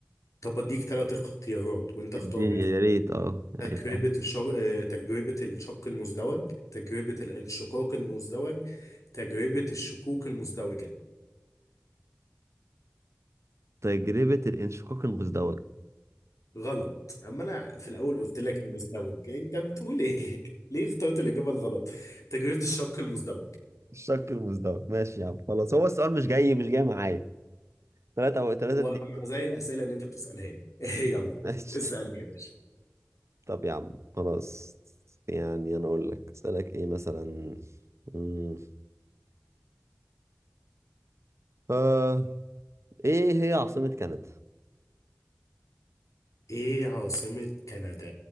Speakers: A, on the left (about 85°); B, on the right (about 60°).
A: طب اديك ثلاث اختيارات وانت اختار
B: الدنيا
A: منهم
B: يا ريت اه يعني
A: تجربة
B: فاهم
A: الشر... آه، تجربة الشق المزدوج تجربة الانشقاق المزدوج تجربة الشقوق المزدوجة
B: تجربة الانشقاق المزدوج
A: غلط اما انا في الاول قلت لك المزدوج انت بتقول ايه <laughs> ليه اخترت الاجابة الغلط تجربة الشق المزدوج
B: الشق المزدوج ماشي يا عم خلاص هو السؤال مش جاي مش جاي معايا ثلاثة أو ثلاثة
A: ومع
B: اتنين
A: زي الاسئلة اللي انت بتسألها لي <laughs> يلا
B: ماشي
A: اسألني
B: <laughs>
A: يا باشا
B: طب يا عم خلاص يعني أنا أقول لك أسألك إيه مثلا مم. آه إيه هي عاصمة كندا؟
A: ايه عاصمة كندا